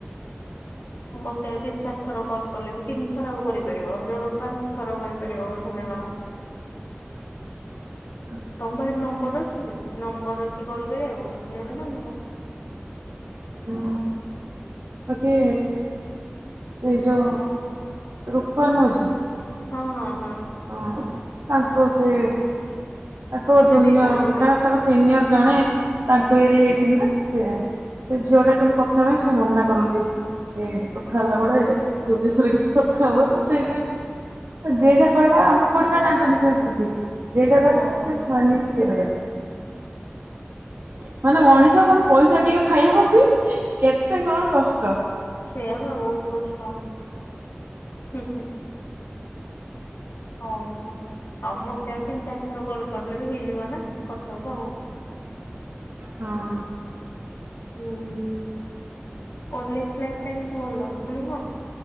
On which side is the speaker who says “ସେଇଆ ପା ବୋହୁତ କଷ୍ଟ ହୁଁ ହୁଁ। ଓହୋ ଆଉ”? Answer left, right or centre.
Left